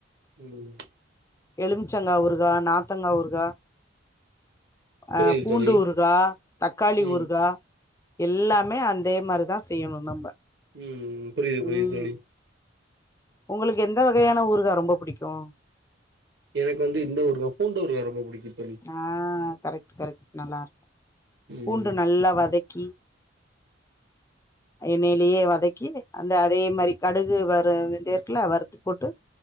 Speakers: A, on the right (about 60°); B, on the left (about 15°).
A: ம்
B: எலுமிச்சங்கா ஊருகா நார்த்தங்கா ஊருகா
A: புரியுது
B: அ பூண்டு
A: தோழி
B: ஊறுகா தக்காளி
A: ம்
B: ஊறுகா எல்லாமே அதே மாரிதா செய்யணோ நம்ம
A: உம் புரியுது புரியுது
B: ம்
A: தோழி
B: உங்களுக்கு எந்த வகையான ஊறுகா ரொம்ப புடிக்கோ
A: எனக்கு வந்து இந்த ஊறுகா பூண்டு ஊறுகா‌ ரொம்ப புடிக்கோ தோழி
B: ஆ கரெக்ட் கரெக்ட் நல்லா இருக்கோ
A: ம்
B: பூண்ட நல்லா வதக்கி எண்ணையிலயே வதக்கி அந்த அதே மாரி கடுகு வறு இதேற்குல வறுத்து போட்டு